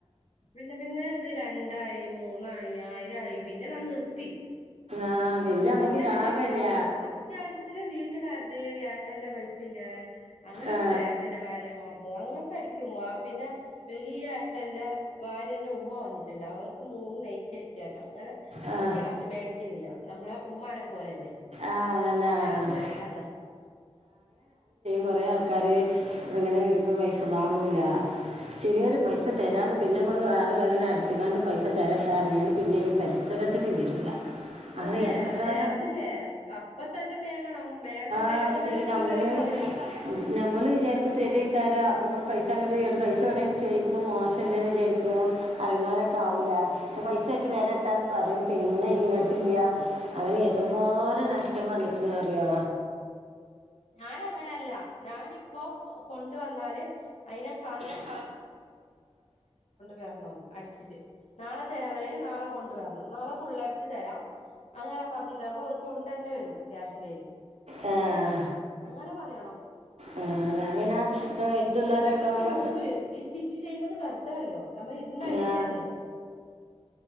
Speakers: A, on the left (about 85°); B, on the right (about 80°).
A: പിന്നെ പിന്നെ അത് രണ്ടായി മൂ വായിരമായി പിന്നെ ഞാൻ നിർത്തി
B: ആ പിന്നെ നമ്മക്ക്
A: മെഷീൻ
B: ലാഭല്ല
A: ഉണ്ട് ഇപ്പൊ അത്യാവശ്യത്തിന് വീട്ടുകാരുടെ ഏട്ടന്റെ വൈഫിന്റെ അങ്ങനെയൊക്കെ
B: ആ
A: ഏട്ടന്റെ ഭാര്യമാരുടെ അങ്ങനൊക്കെ അടിക്കുമ്പ പിന്നെ വലിയ എട്ടന്റെ ഭാര്യന്റെ ഉമ്മ വന്നിട്ടുണ്ട് അവർക്ക് മൂന്ന് നൈ റ്റി അടിക്കൻ അങ്ങനെ
B: ആ
A: അത് ക്യാഷ് മേടിക്കുന്നില്ലഅത് ക്യാഷ് മേടികുന്നില്ല നമ്മളെ ഉമ്മാനെ പോലല്ലേ
B: ആ അതന്നെ
A: അത് ക്യാഷ് വേണ്ടന്ന് പറഞ്ഞു
B: കൊറേ ആൾക്കാര് അങ്ങനെ വരുമ്പോ പൈസ വാങ്ങൂല ചിലവര് പൈസ തരാതെ പോ പിന്നെ നമ്മള് വേറെള്ളവരെന്ന് അടിച്ചതാണ്ട് പൈസ തരട്ടാനണ്ട് പിന്നെ ഈ പരിസരത്തേക്ക് വരൂല്ല അങ്ങെ
A: അതെ
B: എത്ര
A: അതെ അതില്ലേ അപ്പ തന്നെ മേങ്ങണം മേങ്ങാൻ വരുമ്പോ
B: ആര് തെര്
A: തന്നെ കൊണ്ടുവരാൻ
B: നമ്മള്
A: പറയണം
B: നമ്മള് വിചാരിക്ക തരുക്കാര നമ്മ പൈസ തന്നിട്ടേ എടു പൈസ എവിടെയന്ന് ചോദിക്കുമ്പോ മോശം ഇല്ലന്ന് വിചാരിക്കോ അറിയുന്നവരൊക്കെ ആവൂല പൈസ ആയിട്ട് വരട്ടാന്ന് പറയും പിന്നെ ഇങ്ങട്ടില്ല അങ്ങനെ എത്ര പോറെരെ നഷ് ഇടം വന്നക്കണറിയാ
A: ഞാന അങ്ങനല്ല ഞാനിപ്പോൊ കൊണ്ട് വന്നാല് അയിനെ കാണ
B: <inaudible> ആ <inaudible>
A: വരണോന്ന് അടിച്ചിട്ട് നാളെ തരാന്നല്ലേ നാളെ കൊണ്ട് വരണം നാളെ ഫുള്ള് അടിച്ചു തരാം അങ്ങനെ പറഞ്ഞിട്ടാകുമ്പോ ഓര് കൊണ്ടന്നെ വരും ക്യാഷ് കയ്യില്
B: ആാാ
A: അങ്ങനെ പറയണം
B: ആ ഞാൻ പിന്ന <inaudible> ത്തുള്ളരൊക്കുമ്പ
A: പൂല് ഈ സ്റ്റിച്ച് ചെയ്യുന്നത് വെറുത കയ്യോ നമ്മൾ ഇന്ന് അടിക്കണ്ടേ
B: ആ